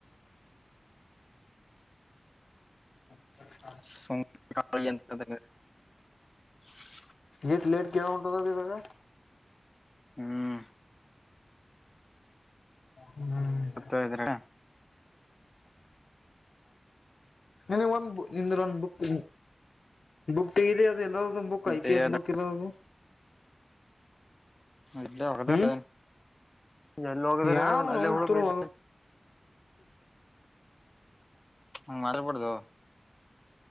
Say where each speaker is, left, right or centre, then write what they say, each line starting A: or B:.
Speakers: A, on the left (about 85°); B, on the left (about 30°).
A: ಹ
B: ಸಂತ
A: ಇಷ್ಟು ಲೆಟ್ ಕೆಳವ ಉಟದ ಇದಾಗ
B: ಹ್ಮ್
A: ಹ್ಮ್ ಹ್ಮ
B: ಗೊತ್ತ ಇದ್ರ
A: ನೀ ಒಂದ ನಿ ಒಂದ್ ಬುಕ್ ಬುಕ್ ತೆಗ ಎಲ್ಲ ಬುಕ್ ಐ
B: ದೇಹದ
A: ಪಿ ಎಸ್ ಬುಕ್ ಎಲ್ಲದು
B: ಅಲ್ಲೇ ಹೋಗದಾರ
A: ಹ್ಮ್
B: ಎಲ್ಲಿ ಹೋಗದಾರಏನ
A: ಯಾವ
B: ಅದ ಅಲ್ಲೇ
A: ನವುಂತರು
B: ಹುಡುಗಐತ ಹ ಮಾರ ಪಡದು